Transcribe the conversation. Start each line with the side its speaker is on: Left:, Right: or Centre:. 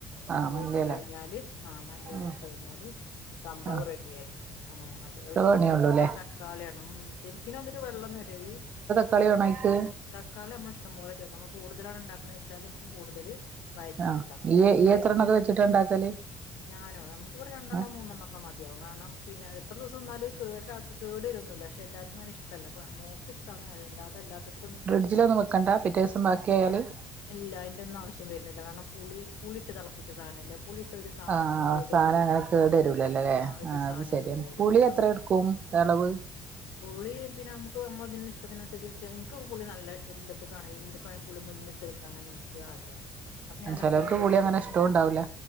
Left: അതും
Right: ആഹ്
Left: കൂടി
Right: മല്ലിയെല
Left: ഇട്ട് കഴിഞ്ഞാല് ആ മല്ലിയല
Right: ഉം
Left: ഇട്ട് കഴിഞ്ഞാല് സംഭവം
Right: ആഹ്
Left: റെഡിയായി അങ്ങനെയാണ ഏ അത്
Right: ഇത്ര
Left: ശെരിക്ക്ന്
Right: പണിയൊള്ളൂല്ലേ
Left: തക്കാള്യാണം ഉം ശരിക്കിനതൊരു വെള്ളനരവി.
Right: ക്കാളി വേണയ്ക്ക്.
Left: തക്കാള്യമ്മളെ ഇഷ്ടംപോലെ ചേർക്ക നമ്മള് കൂടുതലാണ് ഇണ്ടാക്ക്ണെചാല് നമ്മക്ക് കൂടുതല്. വയറ്റിടുക്ക
Right: ആഹ് ഇയ്യ്
Left: ഒന്ന്
Right: ഇയ്യ്
Left: വയറ്റിടുക്ണ്
Right: എത്രണ്ണൊക്കെ വെച്ചിട്ടാ ഇണ്ടാക്കല്
Left: ഞാനോ നമുക്കിവിടെ രണ്ടെണ്ണം
Right: ഏഹ്
Left: മൂന്നെണ്ണംഒക്കെ മതിയാവും കാരണം പിന്നെ എത്ര ദിവസം ന്നാലും കേട കേടരൊന്നുല്ല ക്ഷെ എല്ലാർകുങ്ങനെ ഇഷ്ടല്ല പ മോക്ക്ഷ്ട്ടാണ് അയ് അല്ലാതെല്ലാതർ
Right: ഫ്രിഡ്ജിലൊന്നും വക്കണ്ട പിറ്റേ ദിസം ബാക്ക്യായാല്.
Left: ഇല്ല അയിന്റെന്നു ആവശ്യം വര്നില്ല കാരണം പുളി പുളിട്ട് തളപ്പിച്ച സാനല്ലേ പുളി ട്ട ഒരു സാധനങ്ങളും
Right: ആഹ്
Left: കേട്
Right: സാധനം
Left: വരൂ ലല്ലോ
Right: അങ്ങനെ കേട് വരൂലല്ലോല്ലേ
Left: ആ ഒരു
Right: ആഹ്
Left: സാധനം
Right: അത് ശരിയാണ്
Left: കേടു വരൂല
Right: പുളി എത്ര
Left: അങ്ങനെ
Right: എടുക്കും അളവ്
Left: പുളിം പിന്നെ നമുക്ക് നമ്മള തിന് ഇഷ്ടത്തിനുസരിച്ച് ചെയ് ക്ക് പുളി നല്ല എല്ലത്ത്ക്കാണെങ്കിലും എന്ത് പയം പുളി മുന്ന്ട്ട് നിക്കാനാണ് ഇൻക്ക് ആഗ്രഹം. അപ്പഞാനത്യാവശ്യം
Right: ചെലോർക്ക് പുളി
Left: ഇട്ക്കും
Right: അങ്ങനെ ഇഷ്ടവും
Left: ഉം
Right: ഉണ്ടാവൂല